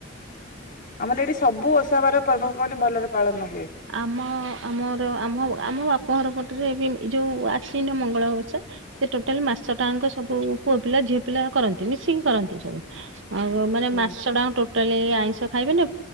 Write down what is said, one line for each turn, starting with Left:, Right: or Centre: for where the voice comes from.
Left: ଆମର ଏଠି ସବୁ ଓଷାବାର ପର୍ବପର୍ବାଣୀ ଭଲରେ ପାଳନ ହୁଏ।
Right: ଆମ ଆମର ଆମ ଆମ ବାପ ଘର ପଟରେ ବି ଏ ଯୋଉ ଆଶ୍ୱିନ ମଙ୍ଗଳା ଓଷା ସେ ଟୋଟାଲ ମାସ ଟାଆଙ୍କ ସବୁ ପୁଅ ପିଲା ଝିଅ ପିଲା କରନ୍ତି ମିଶିକି କରନ୍ତି ସବୁ। ଆଉ ମାନେ
Left: ହୁଁ
Right: ମାସ ଟାଙ୍କ ଟୋଟାଲି ଆଇଁଷ ଖାଇବେନି